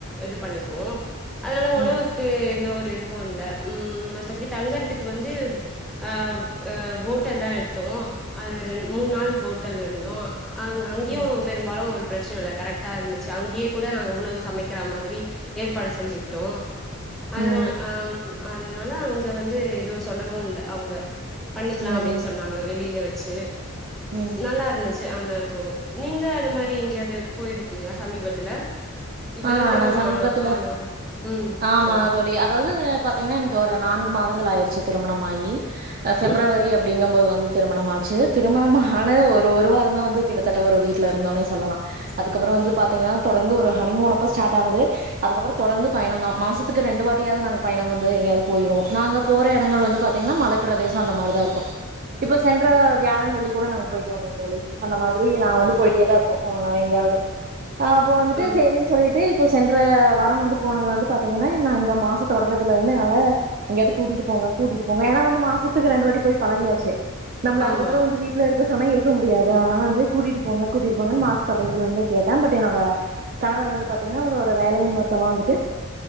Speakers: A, in the centre; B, on the right.
A: இது பண்ணிப்போம் அதனால
B: ம்
A: உணவு எந்த ஒரு இதுவும் இல்ல உம் மத்தபடி தங்கறதுக்கு வந்து ஆஹ் ஓட்டல் தான் எடுத்தோம் அது ரெண்ட் மூண் நாள் ஓட்டல்ல இருந்தோம் அஹ அங்கேயும்
B: ம்
A: பெரும்பாலும் ஒரு பிரச்சனை இல்ல கரெக்டா இருந்துச்சு அங்கேயே கூட நாங்க உணவு சமைக்கிற மாதிரி ஏற்பாடு செஞ்சுக்கிட்டோம் அதனா
B: ம்
A: அஹ் அதனால அங்க வந்து எதுவும் சொல்லவும் இல்ல அவங்க பண்ணிக்லாம்
B: ம்
A: அப்டின்னு சொன்னாங்க வெளியிலே வச்ச செ
B: ம்
A: நல்லா இருந்துச்சு அந்த அனுபவம் நீங்க அது மாரி எங்கேயாது போயிருக்கீங்களா சமீபத்துல இப்பதான்
B: ஆ
A: திருமணம்
B: நான் சமீபத்துல
A: ஆ ஆனவங்க ம்
B: ஆமா
A: சொல்லுங்க
B: தோழி அதாவது பாத்தீங்கனா எனக்கு ஒரு நான்கு மாதங்கள் ஆயிருச்சு தோழி திருமணமாயி ஃபெப்ரவரி
A: ம்
B: அப்படிங்கும்போது வந்து திருமணம் ஆச்சு திருமணம் ஆன ஒரு ஒரு வாரம் தான் வந்து கிட்டத்தட்ட ஒரு வீட்ல இருந்தோனே சொல்லலாம் அதுக்கப்புறம் வந்து பாத்தீங்கனா தொடர்ந்து ஒரு ஹனிமூணு அப்போ ஸ்டார்ட் ஆனது அதுக்கப்பறம் தொடர்ந்து பயணம் தான் மாசத்துக்கு ரெண்டு வாட்டியாவது நாங்க பயணம் வந்து எங்கேயாவது போயிருவோம் நாங்க போற இடங்கள் வந்து பாத்தீங்கனா மலை பிரதேசம் அந்த மாரிதான் இருக்கும் இப்ப சென்ற வியாழன் வெள்ளி கூட நாங்க போயிட்டு வந்தோம் தோழி அந்த மாதிரி நாங்க வந்து போயிட்டேதான் இருப்போம் எங்கயாவது ஆஹ் அப்ப வந்துட்டு
A: ஆ
B: சொல்லிட்டு இப்போ சென்ற வாரம் வந்து போனது வந்து பாத்தீங்கனா நான் இந்த மாச தொடக்கத்துல இருந்து என்னால எங்கோவது கூட்டிட்டு போங்க கூட்டிட்டு போங்க ஏன்னா வந்து மாசத்துக்கு ரெண்டு வாட்டி போய் பழகியாச்சு நம்பள அதுக்கப்பறம்
A: ஆமா
B: வந்து வீட்டுல இருக்க சொன்ன இருக்க முடியாது அதனால வந்து கூட்டிட்டு போங்க கூட்டிட்டு போங்கன்னு மாசத்த தொடக்கத்துல இருந்தே கேட்டேன் பட் என்னோட கணவர் வந்து பாத்தீங்கனா அவரோட வேலை நிமிர்த்தமா வந்துட்டு